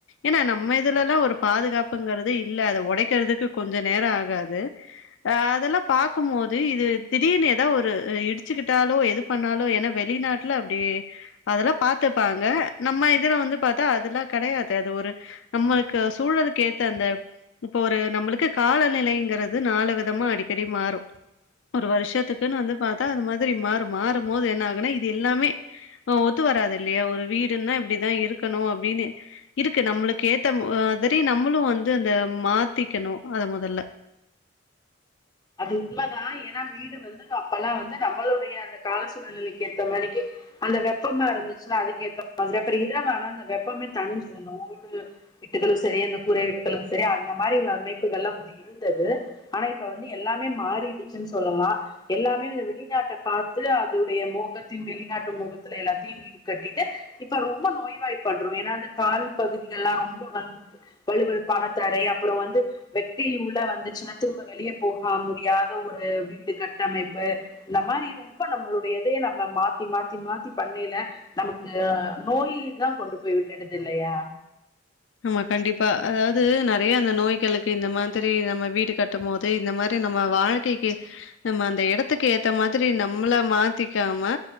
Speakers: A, on the left (about 70°); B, on the left (about 20°).
A: ஏனா நம்ம இதுலல்லா ஒரு பாதுகாப்புங்கறது இல்ல அத ஒடைக்கிறதுக்கு கொஞ்ச நேரோ ஆகாது அ அதெல்லா பாக்கு மோது இது திடீர்னு எதா ஒரு இடிச்சிக்கிட்டாலோ எது பண்ணாலோ ஏனா வெளிநாட்ல அப்டி அதெல்லா பாத்துப்பாங்க நம்ம இதுல வந்து பாத்தா அதுலா கெடையாது அது ஒரு நம்மளுக்கு சூழலுக்கு ஏத்த அந்த இப்போ ஒரு நம்மளுக்கு கால நிலைங்கறது நாலு விதமா அடிக்கடி மாரு ஒரு வருஷத்துக்குன்னு வந்து பாத்தா அது மாதிரி மாறு மாறுபோது என்ன ஆகுனா இது எல்லாமே அ ஒத்து வராது இல்லையா ஒரு வீடுன்னா இப்டிதா இருக்கணு அப்டினு இருக்கு நம்மளுக்கு ஏத்த மாதிரி நம்மளு வந்து அந்த மாத்திக்கனு அத மொதல்ல
B: அது உண்மதா ஏனா வீடு வந்து அப்பல்லா வந்து நம்மளுடைய அந்த கால சூழ்நிலைக்கு ஏத்த மாரிக்கி அந்த வெப்பமா இருந்துச்னா அதுக்கேத்த மாதிரி அப்றோ இரவானா அந்த வெப்பமே தனிஞ்சிரு தா ஓடு விட்டுகளு செரி அந்த கூரை வீட்டுக்களு செரி அந்த மாரி அமைப்புகள்ளா முந்தி இருந்தது ஆனா இப்ப வந்து எல்லாமே மாறிடிச்சின் சொல்லலா எல்லாமே இந்த வெளிநாட்டப் பாத்து அதுவுடைய மோகத்தின் வெளிநாட்டு மோகத்துல எல்லாத்தியு வீ டுக் கட்டிட்டு இப்ப ரொம்ப நோய் வாய்பட்றோ ஏன்னா அந்த கால் பகுதிகள்ளா ரொம்ப வந்து வலு வலுப்பான தரை அப்றோ வந்து வெக்கை உள்ள வந்துச்சினா திரும்ப வெளிய போக முடியாத ஒரு வீடு கட்டமைப்பு இந்த மாரி ரொம்ப நம்மளுடைய இதயே நம்ம மாத்தி மாத்தி மாத்தி பண்ணயில நமக்கு நோய் தா கொண்டு போய் விட்டுடுது இல்லையா
A: ஆமா கண்டிப்பா அதாவது நெறைய அந்த நோய்களுக்கு இந்த மாதிரி நம்ம வீடு கட்டு போது இந்த மாரி நம்ம வாழ் கே கே நம்ம அந்த எடத்துக்கு ஏத்த மாதிரி நம்மள மாத்திக்காம